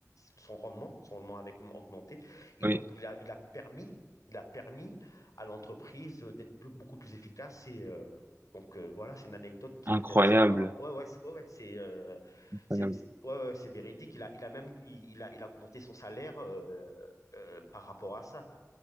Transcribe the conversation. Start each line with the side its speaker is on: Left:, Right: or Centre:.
Left: son rendement, son rendement avait augmenté. Et
Right: Oui.
Left: donc, il a, il a permis, il a permis à l'entreprise d'être beaucoup plus efficace. Et euh, donc, euh, voilà, c'est une anecdote qui
Right: Incroyable.
Left: est intéressante par rapport. Ouais, ouais, c'est- ouais, ouais, c'est euh,
Right: Incroyable.
Left: c'est ouais, ouais, c'est véridique. Il a, il a même il, il a, il a augmenté son salaire euh, euh, par rapport à ça.